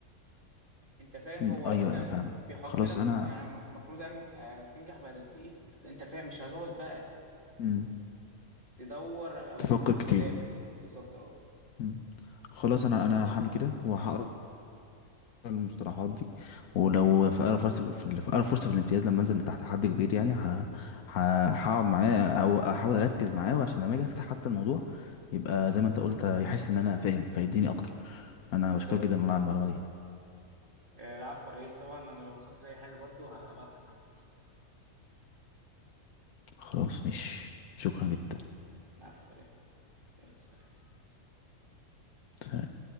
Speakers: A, on the right; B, on the left.
A: انت فاهم
B: أمم،
A: هو
B: ايوه
A: مثلا
B: أيوة، فاهم
A: بيحط
B: خلاص
A: لك
B: انا
A: المفروض ان آه، تنجح بعد قد ايه انت فاهم مش هتقعد بقى
B: امم
A: تدور او
B: تفكر
A: تفهم
B: كتير
A: كلامه بالظبط اه
B: امم خلاص انا انا هعمل كده وهقرا المصطلحات دي ولو في اقرب فرصه في في اقرب فرصه في الامتياز لما انزل تحت حد كبير يعني ه- ه- هقعد معاه او احاول اركز معاه وعشان لما اجي افتح حتى الموضوع يبقى
A: أمم،
B: زي ما انت قلت يحس ان انا فاهم فيديني اكتر انا
A: بالظبط
B: بشكرك جدا والله على المعلومه دي
A: آه، العفو عليه طبعا انا لو وصلت لاي حاجه برضو هبعت لك على طول
B: خلاص مش شكرا جدا
A: العفو عليه يلا سلام
B: سلام.